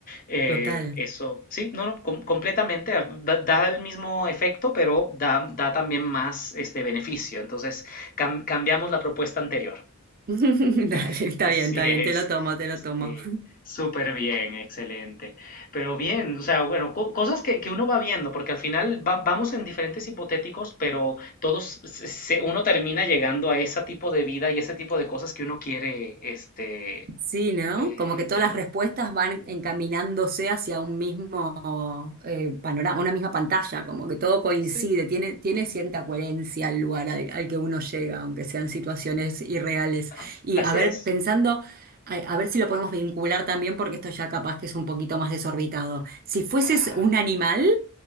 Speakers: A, on the left; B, on the right.
A: Eh,
B: total.
A: eso, sí, no, no, com- completamente. ah, Da, da el mismo efecto, pero da, da también más este beneficio. Entonces, cam- cambiamos la propuesta anterior.
B: <laughs> Dale,
A: <laughs>
B: está
A: Así
B: bien, está
A: es.
B: bien, te lo tomo, te lo
A: Sí,
B: tomo.
A: súper bien, excelente. Pero bien, o sea, bueno, co- cosas que, que uno va viendo, porque al final va- vamos en diferentes hipotéticos, pero todos, se- se- uno termina llegando a ese tipo de vida y ese tipo de cosas que uno quiere, este,
B: Sí, ¿no?
A: de,
B: Como que todas
A: del,
B: las respuestas van encaminándose hacia un mismo eh, panorama, una misma pantalla, como que todo coincide,
A: sí,
B: tiene, tiene cierta coherencia al lugar al, al que uno llega, aunque sean situaciones irreales.
A: ajá,
B: Y
A: así
B: a ver,
A: es.
B: pensando, a, a ver si lo podemos vincular también, porque esto ya capaz que es un poquito más desorbitado. Si fueses
A: Ajá,
B: un animal,